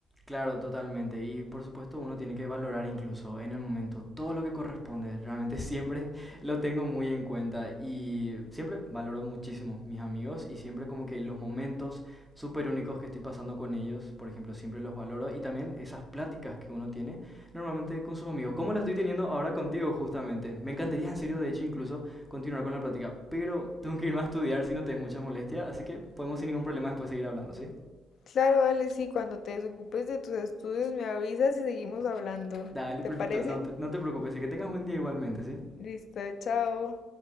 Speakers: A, in the centre; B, on the left.
A: Claro, totalmente. Y por supuesto uno tiene que valorar incluso en el momento todo lo que corresponde. Realmente <laughs> siempre lo tengo muy en cuenta y siempre valoro muchísimo mis amigos y siempre como que los momentos súper únicos que estoy pasando con ellos, por ejemplo, siempre los valoro y también esas pláticas que uno tiene normalmente con sus amigos. ¿Cómo la estoy teniendo ahora contigo justamente? Me encantaría en serio, de hecho, incluso continuar con la plática, pero tengo que irme a estudiar si no te es mucha molestia, así que podemos sin ningún problema después seguir hablando, ¿sí?
B: Claro, vale, sí, cuando te desocupes de tus estudios me avisas y seguimos hablando.
A: Dale,
B: ¿Te
A: perfecto.
B: parece?
A: No te, no te preocupes, y que tengas buen día igualmente, ¿sí?
B: Listo, chao.